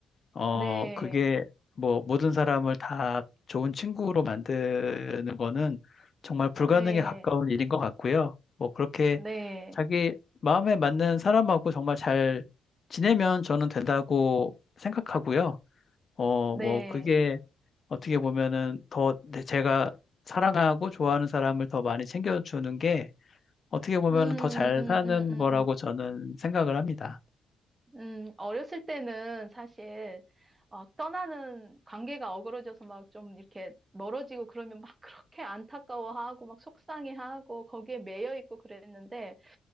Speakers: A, on the left; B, on the right.
A: 어,
B: 네,
A: 그게 뭐 모든 사람을 다 좋은 친구로 만드는 거는 정말 불가능에
B: 네,
A: 가까운 일인 것 같고요. 뭐 그렇게
B: 네,
A: 자기 마음에 맞는 사람하고 정말 잘 지내면 저는 된다고 생각하고요. 어,
B: 네.
A: 뭐 그게 어떻게 보면은 더 내- 제가 사랑하고 좋아하는 사람을 더 많이 챙겨주는 게 어떻게 보면은
B: 음,
A: 더 잘
B: 음, 음,
A: 사는
B: 음,
A: 거라고
B: 음.
A: 저는 생각을 합니다.
B: 음, 어렸을 때는 사실 막 떠나는 관계가 어그러져서 막 좀 이렇게 멀어지고 그러면 막 <laughs> 그렇게 안타까워하고 막 속상해하고 거기에 매여 있고 그랬는데